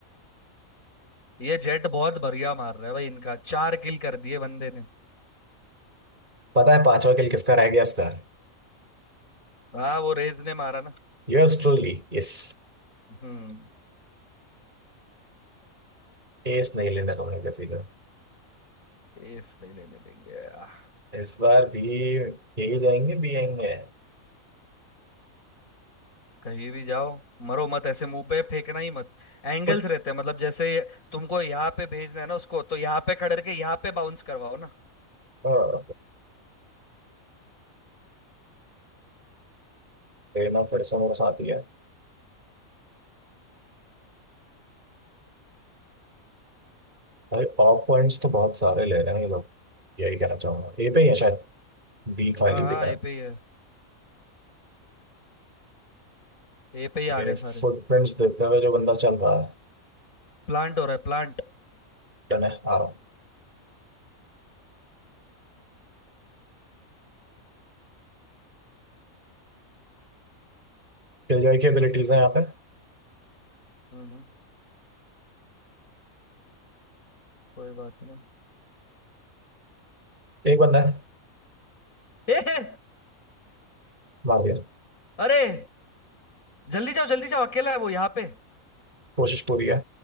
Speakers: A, on the left; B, on the right.
A: ये जेट बहुत बढ़िया मार रहा है भाई इनका चार किल कर दिए बंदे ने
B: पता है पांचवा किल किसका रह गया इसका
A: हाँ वो रेज ने मारा ना
B: Yes truly यस
A: हम्म
B: एस नहीं लेना होगा किसी का
A: इस नहीं लेने देंगे आह,
B: इस बार भी यही जाएंगे बी आएंगे
A: कहीं भी जाओ मरो मत ऐसे मुंह पे फेंकना ही मत एंगल्स
B: कुछ
A: रहते हैं मतलब जैसे तुमको यहाँ पे भेजना है ना उसको तो यहाँ पे खड़े के यहाँ पे बाउंस करवाओ ना
B: हाँ, लेना फिर से मेरे साथ ही है भाई ऑफ पॉइंट्स तो बहुत सारे ले रहे हैं ये लोग यही कहना चाहूंगा ए पे ही है शायद बी खाली
A: हाँ हाँ
B: दिख रहा
A: ये
B: है
A: पे ही है ए पे ही
B: मेरे
A: आ गए सारे
B: फुटप्रिंट्स देखते हुए जो बंदा चल रहा है
A: प्लांट हो रहा है प्लांट
B: डन है आ रहा हूँ किलजॉय की एबिलिटीज है यहाँ पे
A: हम्म कोई बात नहीं
B: एक बंदा है
A: <laughs> ए हे!
B: मार दिया
A: अरे जल्दी जाओ जल्दी जाओ अकेला है वो यहाँ पे
B: कोशिश पूरी है